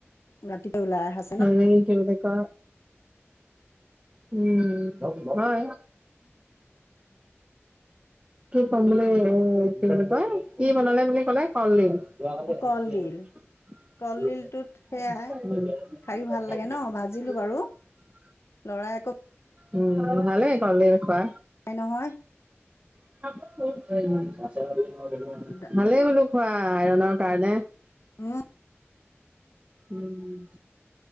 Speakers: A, on the left (about 75°); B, on the right (about 25°).
A: ৰাতিটো ওলাই আহা
B: আৰু কি বুলি ক উম, হয়। কি কম বুলি এ, কি বুলি কই, কি বনালে বুলি কলে, কলডিল। <unintelligible>
A: কলডিল
B: <inaudible>
A: কলডিলটোত সেয়াই খায়ো ভাল লাগে ন ভাজিলো বাৰু লৰাই আকৌ
B: উম্, ভালেই গ'লে খোৱা।
A: তাই নহয়।
B: <inaudible>
A: এটা,
B: ভালেই বোলো খোৱা, আইৰনৰ কাৰণে।
A: উম
B: উম্,